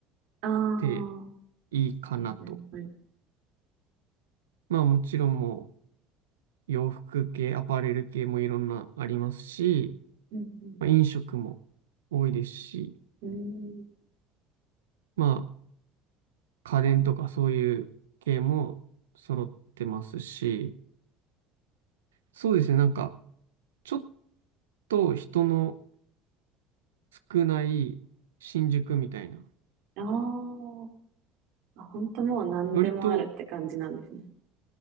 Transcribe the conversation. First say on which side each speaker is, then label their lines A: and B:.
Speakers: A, on the right; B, on the right.
A: ああ、
B: て
A: は
B: いいかなと。
A: いはいはい。
B: まあもちろんもう洋服系、アパレル系もいろんなありますし、
A: うんうん。
B: まあ、飲食も多いですし、
A: うーん。
B: まあ家電とかそういう系も揃ってますし、そうですね、なんかちょっと人の少ない新宿みたいな、
A: ああ、本当もう何でもあるって感じなんですね。
B: 割と